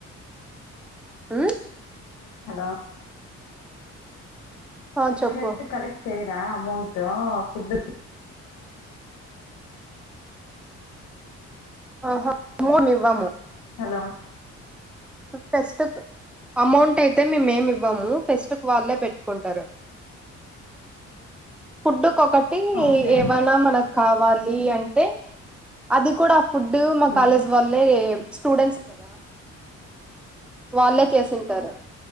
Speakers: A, in the centre; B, on the left.
A: మ్మ్
B: హలో
A: ఆ చెప్పు
B: కరెక్ట్ కలెక్ట్ చేయం అమౌంటట్ ఫుడ్్
A: ఆహ మో నివ్వము
B: హలో
A: పెస్తుకు అమౌంట్ అయితే మేమేమి ఇవ్వము ఫెస్ట్ వాళ్ళే పెట్టుకుంటారు ఫుడ్డు కోకటి
B: ఓకే
A: ఏవన్నా మనకు కావాలి ఇ అంటే అది కూడా ఫుడ్
B: అవును
A: మా కాలేజ్ వాళ్లే స్టూడెంట్స్ కదా వాళ్ళే చేసింటారు